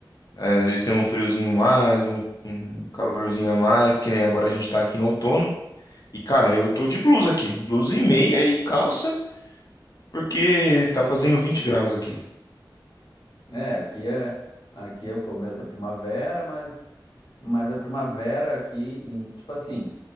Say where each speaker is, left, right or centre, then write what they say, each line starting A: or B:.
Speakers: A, on the left (about 50°); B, on the left (about 70°).
A: É, Às vezes tem um friozinho mais, um, um calorzinho a mais, que nem agora a
B: Sim.
A: gente tá aqui no outono. E, cara, eu tô de blusa aqui, blusa e meia e calça, porque tá fazendo 20 graus aqui.
B: É, aqui é aqui é o começo da primavera, mas mas a primavera aqui, em- tipo assim,